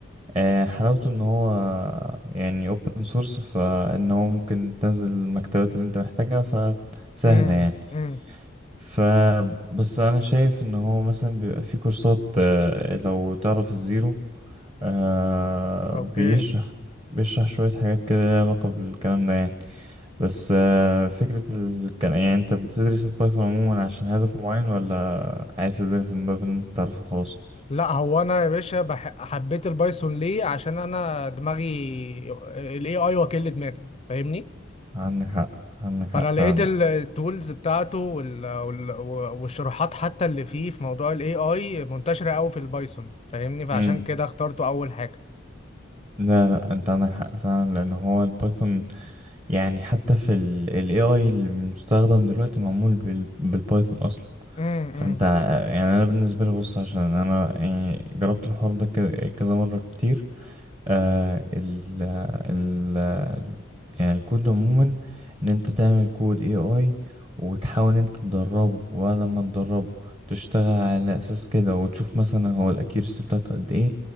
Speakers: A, on the right; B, on the left.
A: آه، حلاوته ان هو يعني open source فان هو ممكن تنزل المكتبات اللي انت محتاجها فسهلة
B: امم
A: يعني
B: امم
A: ف بس انا شايف ان هو مثلا بيبقى فيه كورسات آه، لو تعرف الزيرو آه،
B: اوكي
A: بيشرح بيشرح شوية حاجات كده ليها علاقة بالكلام ده يعني بس آه، فكرة ال... كان يعني انت بتدرس البايثون عموما عشان هدف معين ولا عايز تدرس من باب ان انت تعرفه خلاص
B: لا هو انا يا باشا بح... حبيت البايثون ليه عشان انا دماغي الاي اي وكيل دماغي فاهمني
A: عندك حق عندك حق
B: فانا
A: فعلا
B: لقيت التولز بتاعته وال... وال... والشروحات حتى اللي فيه في موضوع الاي اي منتشره قوي في البايثون فاهمني فعشان
A: امم
B: كده اخترته اول حاجه
A: لا لا انت عندك حق فعلا لان هو البايثون يعني حتى في ال ال AI المستخدم دلوقتي معمول بال... بالبايثون اصلا
B: امم
A: فانت آه، يعني انا بالنسبة لي بص عشان انا يعني جربت الحوار ده ك- كذا مرة كتير آه ال ال يعني الكود عموما ان انت تعمل كود اي اي وتحاول إن انت تدربه وبعد ما تدربه تشتغل على اساس كده وتشوف مثلا هو الاكيرسي بتاعته قد ايه